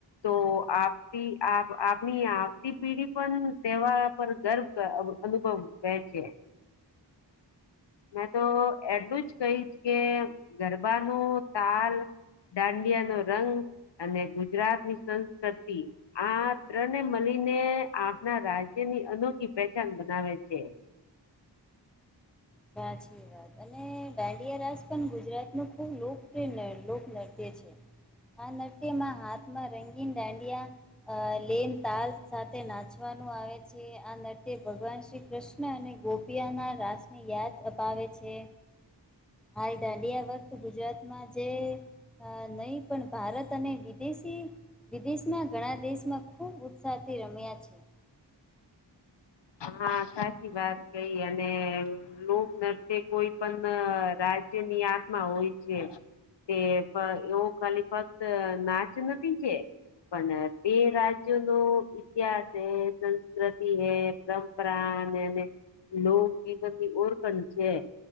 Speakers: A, on the left (about 70°); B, in the centre.
A: તો આપ આપણી આવતી પેઢી પણ તેવા પર ગર્વ અનુભવ વે છે. મેં તો એટલું જ કહીશ કે ગરબા નુ તાલ દાંડિયા નો રંગ અને ગુજરાતની સંસ્કૃતિ આ ત્રને મળીને આપના રાજ્યની અનોખી પહેચાન બનાવે છે.
B: સાચીએ અને દાંડિયા રાસ પણ ગુજરાત નું ખુબ લોકપ્રિય લોકનૃત્ય છે. આ નૃત્યમાં હાથમાં રંગીન ડાંડિયા અ લેન તાલ સાથે નાચવાનું આવે છે આ નર્ત્ય ભગવાન શ્રી કૃષ્ણ અને ગોપિયાના રાસને યાદ અપાવે છે. હા દાંડીયા વખત ગુજરાતમાં જે અ નહી પણ ભારત અને વિદેશી વિદેશમાં ઘણા દેશમાં ખૂબ ઉત્સાહથી રમ્યા છે.
A: હા સાચી વાત કઈ અને લોક નૃત્યો કોઈ પણ રાજ્યની આત્માં હોય છે. તે એવું કલી ફક્ત નાચ નથી છે પણ તે રાજ્યો નો ઇતિહાસ હે, સંસ્કૃતિ હૈ. પરંપરા અને એ લોક જીવનની ઓળખણ છે.